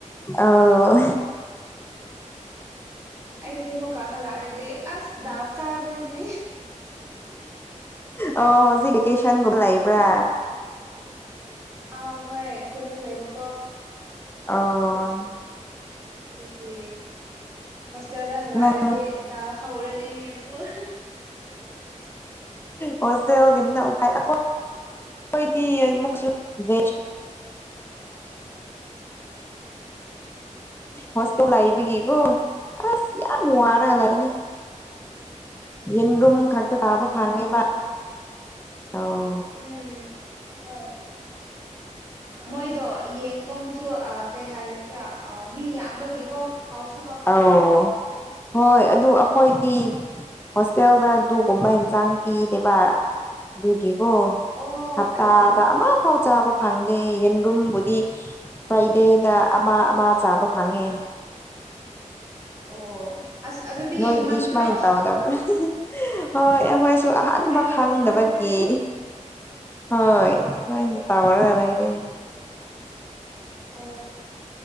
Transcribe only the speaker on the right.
ꯑꯩꯁꯨ ꯃꯨꯛꯀꯥ ꯍꯜꯂꯛꯔꯗꯤ ꯑꯁ ꯗꯥꯜ ꯆꯥꯗꯣꯏꯅꯤ
ꯑꯧ ꯍꯣꯏ ꯈꯨꯟꯗ ꯂꯩꯕꯀꯣ
ꯑꯗꯨꯒꯤ ꯍꯣꯁꯇꯦꯜꯗ ꯍꯜꯂꯛꯑꯗꯤ
ꯗꯥꯜ ꯍꯧꯔꯅꯤ ꯑꯃꯨꯛ
ꯑꯥꯎ
ꯑꯥꯎ
ꯍꯣꯏ
ꯍꯣꯏ
ꯍꯣꯏ ꯑꯗꯨꯅꯤ
ꯎꯝ ꯍꯣꯏ ꯃꯣꯏꯗꯣ ꯌꯦꯡ ꯊꯣꯡꯕꯁꯨ ꯑ ꯀꯩ ꯍꯥꯏꯁꯤꯔꯥ ꯑꯥ ꯃꯤ ꯌꯥꯝꯕꯒꯤꯀꯣ ꯍꯥꯎꯁ
ꯍꯣꯁꯇꯦꯜꯗꯗꯤ
ꯑꯣ
ꯑꯌꯥ
ꯑꯣ
ꯑꯣ ꯑꯁ ꯑꯗꯨꯗꯤ
ꯍꯦꯃꯟꯗ꯭ꯔꯣ
ꯅꯣꯏꯒꯤ
ꯍꯣꯁꯇꯦꯜꯁꯦ
ꯑꯥ
ꯑꯣ